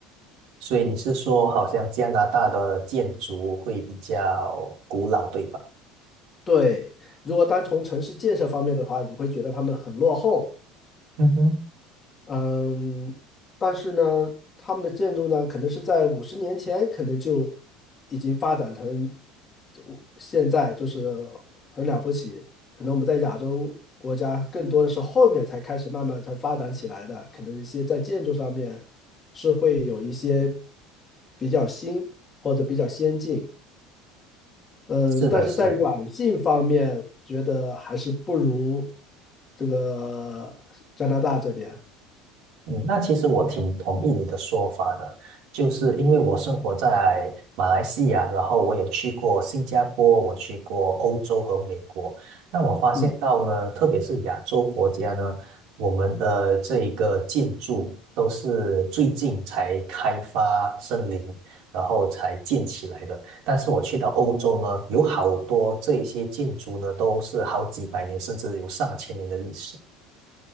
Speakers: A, on the right; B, on the left.
A: 所以你是说，好像加拿大的建筑会比较古老，对吧？
B: 对，如果单从城市建设方面的话，你会觉得他们很落后。
A: 嗯哼，
B: 嗯，但是呢，他们的建筑呢，可能是在五十年前，可能就已经发展成就现在，就是很了不起。可能我们在亚洲国家，更多的是后面才开始慢慢才发展起来的。可能一些在建筑上面是会有一些比较新或者比较先进，嗯，
A: 是的，
B: 但是在软性方面，
A: 是的。
B: 觉得还是不如这个加拿大这边，
A: 嗯，那其实我挺同意你的说法的，就是因为我生活在马来西亚，然后我也去过新加坡，我去过欧洲和美国。那我发现到呢，
B: 嗯。
A: 特别是亚洲国家呢，我们的这一个建筑都是最近才开发森林，然后才建起来的。但是我去到欧洲呢，有好多这一些建筑呢，都是好几百年甚至有上千年的历史。